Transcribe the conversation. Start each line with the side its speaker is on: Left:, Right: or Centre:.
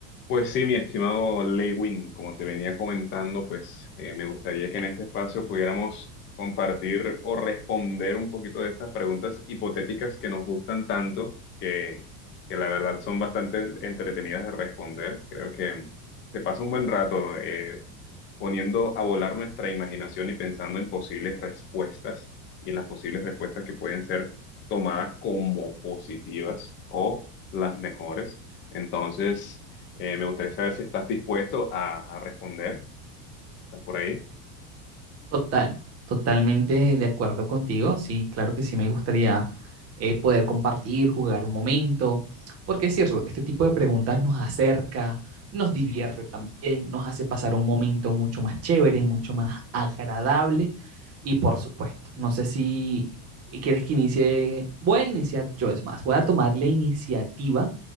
Left: Pues sí, mi estimado Lewin, como te venía comentando, pues eh, me gustaría que en este espacio pudiéramos compartir o responder un poquito de estas preguntas hipotéticas que nos gustan tanto, que, que la verdad son bastante entretenidas de responder. Creo que mm, se pasa un buen rato. eh, poniendo a volar nuestra imaginación y pensando en posibles respuestas y en las posibles respuestas que pueden ser tomadas como positivas o las mejores. Entonces, eh, me gustaría saber si estás dispuesto a, a responder. ¿Estás por ahí?
Right: Total, totalmente de acuerdo contigo. Sí, claro que sí me gustaría eh, poder compartir, jugar un momento, porque es cierto, este tipo de preguntas nos acerca, nos divierte también, nos hace pasar un momento mucho más chévere, mucho más agradable. Y por supuesto, no sé si quieres que inicie, voy a iniciar yo, es más, voy a tomar la iniciativa